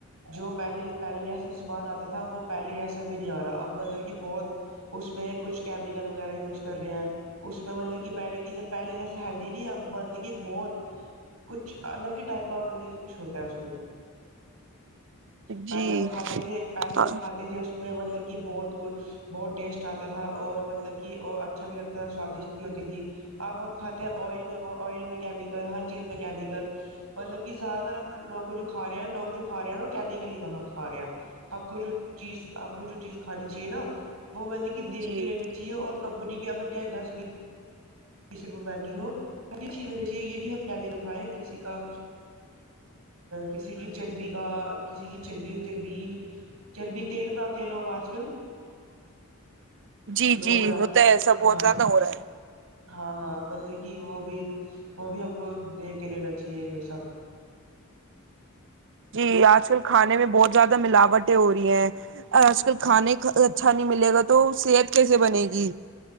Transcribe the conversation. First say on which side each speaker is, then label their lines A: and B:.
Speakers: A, on the right; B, on the right.
A: جو پہلے پہلے جیسے سامان اتا تھا وہ پہلے جیسا بھی نہیں ا رہا۔ اب مطلب کہ بہت اس میں کچھ کیمیکل وغیرہ یوز کر رہے ہیں۔ اس میں مطلب کہ پہلے کی پہلے جیسے ہیلدی نہیں ہے۔۔۔۔ یہ بہت کچھ الگ ہی ٹائپہ کا مطلب کہ کچھ ہوتا ہے اس میں۔ پہلے
B: جی
A: کھاتے تھے پہلے
B: ہاں
A: اب کھاتے تھے اس میں مطلب۔۔۔۔ کی بہت بہت ٹیسٹ اتا تھا اور مطلب کہ وہ اچھا بھی لگتا تھا سوادشت بھی ہوتی تھی اب اپ کھاتے ہیں ائل میں وہ ائل میں کیمیکل ہر چیز مکینیکل مطلب کہ زیادہ تار اب لوگ جو کھا رہے ہیں لوگ جو کھا رہے ہیں نا کہ کیمیکل۔۔۔۔ ۔۔۔ اپ کو جو چیز اپ کو جو چیز کھانی چاہیے نا۔۔۔ وہ مطلب کہ دیکھ
B: جی
A: کے لینے چاہیے اور کمپنی۔۔۔ یا اگر جائے دس بیس۔۔۔ صرف بھاگی ہو یہ بھی ہم کھائیں کسی کا کسی کی چربی کا کسی کی چربی اور چربی چربی تیل بناتے ہیں لوگ اج کل۔۔
B: جی
A: لوگ
B: جی
A: بناتے
B: ہوتا ہے ایسا
A: ہاں
B: بہت زیادہ ہو رہا ہے۔
A: ہاں ہاں مطلب کہ وہ بھی وہ بھی اپ کو دیکھ کے لینا چاہیے یہ سب۔
B: جی اج کل کھانے میں بہت زیادہ ملاوٹیں ہو رہی ہیں۔ کھانے اچھا نہیں ملے گا۔۔ تو صحت کیسے بنے گی؟